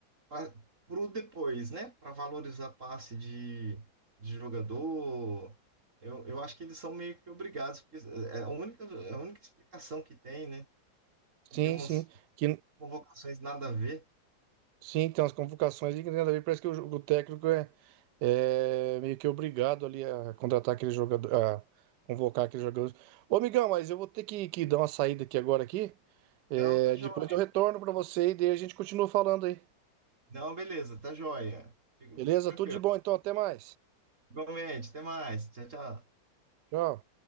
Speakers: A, on the right; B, on the right.
A: para pro depois, né? Para valorizar passe de, de jogador, eu, eu acho que eles são meio que obrigados, porque é é a única, é a única explicação que tem, né? que
B: sim,
A: tem umas
B: sim. Que,
A: convocações nada a ver.
B: Sim, tem umas convocações ali que nada a ver. Parece que o, jo- o técnico é, é meio que obrigado ali a contratar aquele jogador, a convocar aqueles jogadores. Ô, amigão, mas eu vou ter que, que dar uma saída aqui agora aqui. É,
A: Não, tá joia.
B: depois eu retorno para você e daí a gente continua falando aí.
A: Não, beleza, tá joia. Fica,
B: Beleza?
A: fica tranquilo.
B: Tudo de bom, então. Até mais.
A: Igualmente, até mais. Tchau, tchau.
B: Tchau.